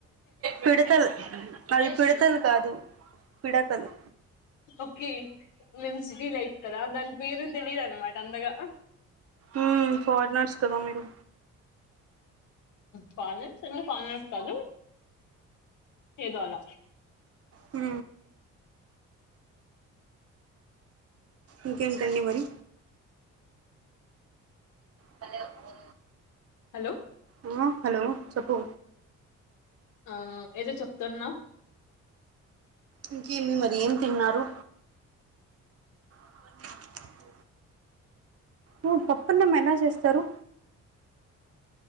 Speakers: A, on the right; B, on the left.
A: పిడతలు అవి పిడతలు కాదు పిడకలు
B: ఓకే మేము సిటీ లైఫ్ కదా దాని పేరు తెలిదు అన్నమాట అంతగా
A: ఉ ఫారినర్స్ కదా మీరు
B: ఫారినర్స్ అన్న ఫార్నర్స్ కాదు ఏదో అలా
A: ఉ ఇంకేంటండి మరి పందెయో ఉ
B: హలో
A: ఉవా హలో చెప్పు
B: ఆ ఏదో చెప్తున్నావ్
A: ఇంకేమి మరి ఏం తిన్నారు? అ ఓ పప్పన్నం ఎలా చేస్తారు?